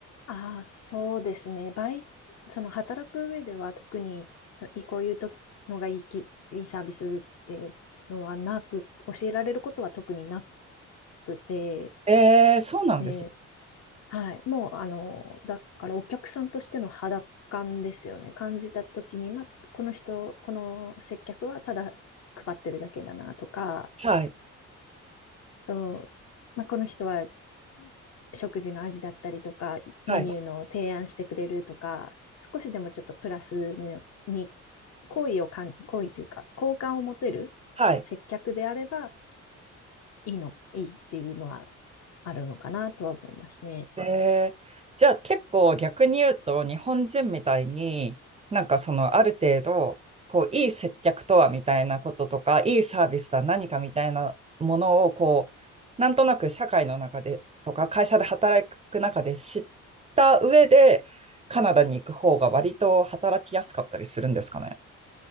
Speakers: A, on the left; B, on the right.
A: ああ、そうですね。バイ、その働く上では特に、その、いこういうとのがいいき、いいサービスっていうのはなく、教えられることは特になくて、
B: えー、そうなんです。
A: えーはい。もう、あの、だからお客さんとしての肌感ですよね。感じたときに、ま、この人、この接客はただ配ってるだけだなとか、
B: はい、
A: と、まあ、この人は食事の味だったりとか、
B: はい、
A: メニューの提案してくれるとか、少しでもちょっとプラスのに、好意をかん、好意というか、好感を持てる接客であれば、
B: はい。
A: いいの、いいっていうのはあるのかなとは思いますね。
B: えー、じゃあ結構逆に言うと日本人みたいになんかそのある程度こういい接客とはみたいなこととかいいサービスとは何かみたいなものをこうなんとなく社会の中でとか会社で働く中で知った上でカナダに行く方が割と働きやすかったりするんですかね。